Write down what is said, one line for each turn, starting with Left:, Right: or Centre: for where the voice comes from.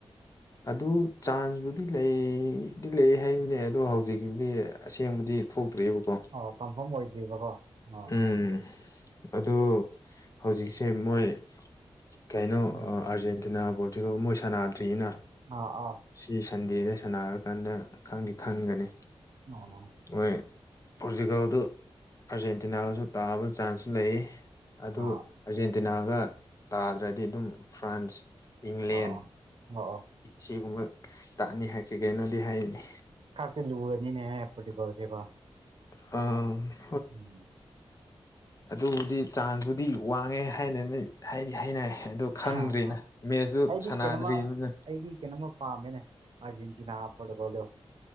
Left: ꯑꯗꯨ ꯆꯥꯟꯁꯕꯨꯨꯗꯤ ꯂꯩꯗꯤ ꯂꯩ ꯍꯥꯏꯕꯅꯦ ꯑꯗꯣ ꯍꯧꯖꯤꯛꯀꯤꯕꯨꯗꯤ ꯑꯁꯦꯡꯕꯗꯤ ꯊꯣꯛꯇ ꯌꯦꯕꯀꯣ
Right: ꯑꯣ ꯀꯟꯐꯥꯔꯝ ꯑꯣꯏꯗ꯭ꯔꯤꯕꯀꯣ ꯑꯣ
Left: ꯎꯝ ꯑꯗꯨ ꯍꯧꯖꯤꯛꯁꯦ ꯃꯣꯏ ꯀꯩꯅꯣ
Right: ꯎꯝ
Left: ꯑ ꯑꯥꯔꯖꯦꯟꯇꯤꯅꯥ ꯄꯣꯔꯇꯨꯒꯜ ꯃꯣꯏ ꯁꯥꯟꯅꯥꯗ꯭ꯔꯤꯅ
Right: ꯑꯥ ꯑꯥ
Left: ꯁꯤ ꯁꯟꯗꯦꯗꯩꯩ ꯁꯥꯟꯅꯔꯀꯥꯟꯗ ꯈꯪꯗꯤ ꯈꯟꯒꯅꯤ
Right: ꯑꯣ
Left: ꯃꯣꯏ ꯄꯣꯔꯇꯨꯒꯜꯗꯨ ꯑꯥꯔꯖꯦꯟꯇꯤꯅꯥꯗꯨꯁꯨ ꯇꯥꯕ ꯆꯥꯟꯁꯁꯨ ꯂꯩꯌꯦ ꯑꯗꯨ
Right: ꯑꯥ
Left: ꯑꯥꯔꯖꯦꯟꯇꯤꯅꯥꯒ ꯇꯥꯗ꯭ꯔꯗꯤ ꯑꯗꯨꯝ ꯐ꯭ꯔꯥꯟꯁ ꯏꯪꯂꯦꯟ
Right: ꯑꯣ ꯑꯣ ꯑꯣ ꯑꯣ
Left: ꯁꯤꯒꯨꯝꯕ ꯇꯥꯅꯤ ꯍꯥꯏ ꯀꯩ ꯀꯩꯅꯣꯗꯤ ꯍꯥꯏꯝꯅꯤ
Right: ꯈꯥꯛꯇ ꯂꯨꯔꯅꯤꯅꯦ ꯄꯣꯔꯇꯨꯒꯜꯁꯦꯒꯣ
Left: ꯑꯥ
Right: ꯎꯝ
Left: ꯑꯗꯨꯕꯨꯗꯤ ꯆꯥꯟꯁꯕꯨꯨꯗꯤ ꯋꯥꯡꯉꯦ ꯍꯥꯏꯅꯅꯦ ꯍꯥꯏꯗꯤ ꯍꯥꯏꯅꯩ ꯑꯗꯨ ꯈꯪꯗ꯭ꯔꯤꯅ
Right: ꯑ ꯑꯥ
Left: ꯃꯦꯠꯁꯇꯨ
Right: ꯑꯩꯗꯤ
Left: ꯁꯥꯟꯅꯗ꯭ꯔꯤꯕꯅꯤꯅ
Right: ꯀꯩꯅꯣꯝꯃ ꯑꯩꯗꯤ ꯀꯩꯅꯣꯃ ꯄꯥꯝꯃꯦꯅꯦ ꯑꯥꯔꯖꯦꯟ ꯇꯤꯅꯥ ꯄꯣꯔꯇꯨꯒꯜ ꯗꯨ